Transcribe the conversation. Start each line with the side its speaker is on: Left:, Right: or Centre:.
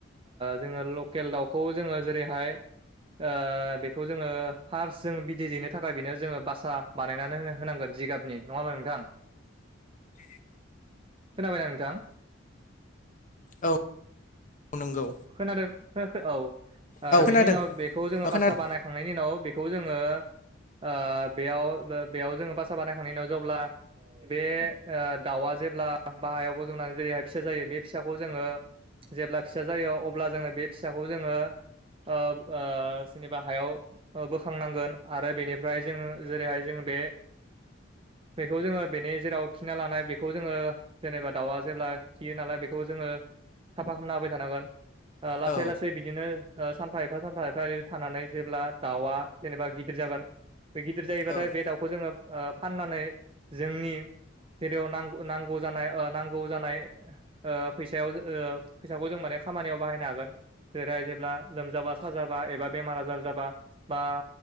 Right: जोङो लकेल दाउखौ जोङो जेरैहाय ओ बेखौ जोङो फार्स्ट जोङो बिदै दैनो थाखाय बेनो जोङो बासा बानायनानै होनो होनांगोन जिगाबनि नङा होमबा नोंथां?
Left: <inaudible>
Right: खोनाबायना नोंथां?
Left: औ औ नंगौ।
Right: खोनादों औ
Left: औ खोनादों
Right: बिनि उनाव बेखौ जोङो
Left: औ खोनादों
Right: बासा बानाय थांनायनि दिनाव बेखौ जोङो ओ बेयाव बेयाव जोङो बासा बानायखांनायनि उनाव जेब्ला बे ओ दाउआ जेब्ला बाहायाव बज'नानै जेरैहाय फिसा जायो बे फिसाखौ जोङो जेब्ला फिसा जायो अब्ला जोङो बे फिसाखौ जोङो ओ ओ जेनेबा हायाव ओ बोखांनांगोन आरो बेनिफ्राय जों जेरैहाय जोङो बे बेखौ जोङो बेनि जेराव खिना लानाय बेखौ जोङो जेनेबा दाउआ जेब्ला खियो नालाय बेखौ जोङो साफा खालामना होबाय थानांगोन। ओ लासै
Left: औ
Right: लासै बिदिनो ओ सानफा एफा सानफा एफा एदि थानानै जेब्ला दाउआ जेनेबा गिदिर जागोन बे गिदिर जायोबाथाय
Left: औ
Right: बे दाउखौ जोङो ओ फाननानै जोंनि जेरैयाव नांगौ नांगौ जानाय ओ नांगौ जानाय ओ फैसायाव फैसाखौ जों माने खामानियाव बाहायनो हागोन। जेरै जेब्ला लोमजाबा साजाबा एबा बेमार आजार जाबा बा